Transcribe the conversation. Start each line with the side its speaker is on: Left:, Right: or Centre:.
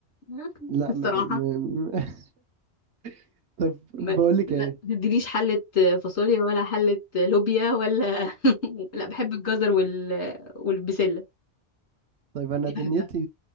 Left: <laughs>
Right: لا
Left: الصراحه
Right: ما... ما... ما- <laughs> طب بقول
Left: ما...
Right: لك
Left: لا
Right: ايه
Left: ما تديليش حلة فاصوليا ولا حلة لوبيا ولا <laughs> لا بحب الجزر وال... والبسلة
Right: طيب انا
Left: دي
Right: دنيتي
Left: بحبها